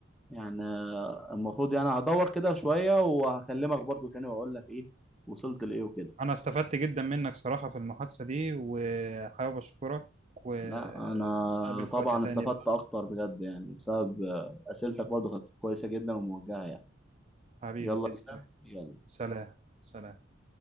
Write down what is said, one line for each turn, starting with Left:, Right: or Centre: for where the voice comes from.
Centre: يعني آه، المفروض يعني هدور كده شويه وهكلمك برضو تاني واقول لك ايه وصلت لايه وكده
Right: أنا استفدت جدا منك صراحة في المحادثة دي وحابب أشكرك وأتقابل
Centre: لا انا طبعا
Right: في وقت تاني
Centre: استفدت
Right: بقى
Centre: اكتر بجد يعني بسبب آه، اسئلتك برضو كانت كويسه جدا وموجهه يعني
Right: حبيبي
Centre: يلا
Right: تسلم
Centre: بينا يلا
Right: سلام سلام